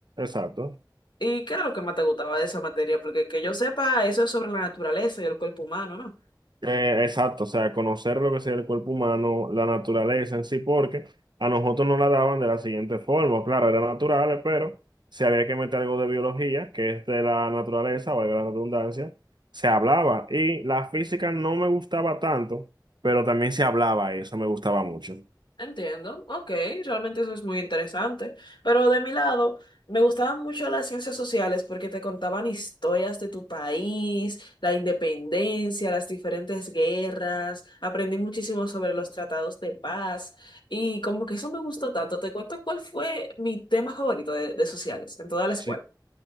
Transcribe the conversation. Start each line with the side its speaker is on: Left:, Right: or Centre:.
Right: Exacto.
Left: ¿Y qué era lo que más te gustaba de esa materia? Porque que yo sepa, eso es sobre la naturaleza y el cuerpo humano, ¿no?
Right: Eh, exacto, o sea, conocer lo que sería el cuerpo humano, la naturaleza en sí, porque a nosotros nos la daban de la siguiente forma, claro, eran naturales, pero si había que meter algo de biología, que es de la naturaleza, valga la redundancia, se hablaba. Y la física no me gustaba tanto, pero también se hablaba y eso me gustaba mucho.
Left: Entiendo, ok, realmente eso es muy interesante. Pero de mi lado, me gustaban mucho las ciencias sociales porque te contaban historias de tu país, la independencia, las diferentes guerras. Aprendí muchísimo sobre los tratados de paz y como que eso me gustó tanto. Te cuento cuál fue mi tema favorito de, de sociales en toda la escuela.
Right: Sí.